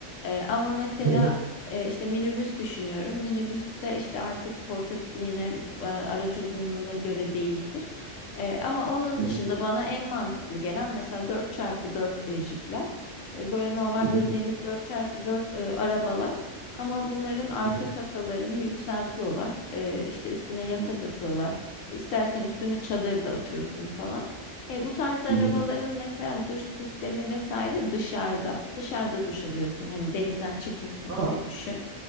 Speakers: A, on the left; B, on the right.
A: E, ama mesela
B: <laughs>
A: e, işte minibüs düşünüyorum. Minibüste işte artık portatifliğine, e, araç uzunluğuna göre değişir. E, ama onun
B: Hı
A: dışında
B: hı.
A: bana en mantıklı gelen mesela dört çarpı dört e, jipler. E, böyle normal
B: Hı hı.
A: bildiğimiz dört çarpı dört e, arabalar. Ama bunların arka
B: Hı hı.
A: kasalarını yükseltiyorlar. E, işte üstüne yatak
B: Hı hı.
A: atıyorlar. İstersen üstüne çadır da atıyorsun falan. E, bu tarz arabaların
B: Hı hı.
A: mesela duş sistemi vesaire dışarıda. Dışarıda duş alıyorsun. Hani denizden çıkmışsın
B: Ha,
A: gibi düşün.